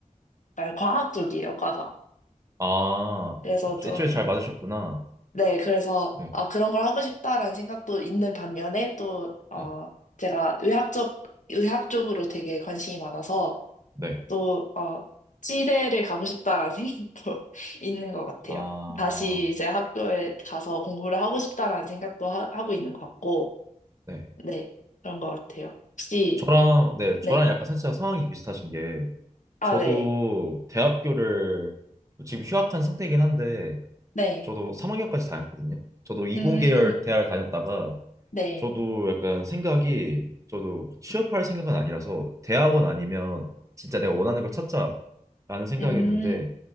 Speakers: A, on the left; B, on the right.
A: 약간 과학 쪽이에요, 과가.
B: 아,
A: 그래서 좀,
B: 애초에 잘 맞으셨구나.
A: 네, 그래서
B: 네,
A: 어 그런 걸 하고 싶다라는 생각도 있는 반면에 또 어,
B: 네,
A: 제가 의학적 의학 쪽으로 되게 관심이 많아서
B: 네.
A: 또 어, 치대를 가고 싶다라는 <laughs> 생각도 있는 것 같아요.
B: 아,
A: 다시 이제 학교에 가서 공부를 하고 싶다라는 생각도 하, 하고 있는 것 같고,
B: 네.
A: 네, 그런 것 같아요. 혹시
B: 저랑, 네,
A: 네,
B: 저랑 약간 살짝 상황이 비슷하신 게,
A: 아,
B: 저도
A: 네,
B: 대학교를 지금 휴학한 상태이긴 한데,
A: 네,
B: 저도 3학년까지 다녔거든요. 저도 이공계열
A: 음,
B: 대학을 다녔다가,
A: 네,
B: 저도 약간 생각이 저도 막 취업할 생각은 아니라서 대학원 아니면 진짜 내가 원하는 걸 찾자라는 생각이었는데
A: 음,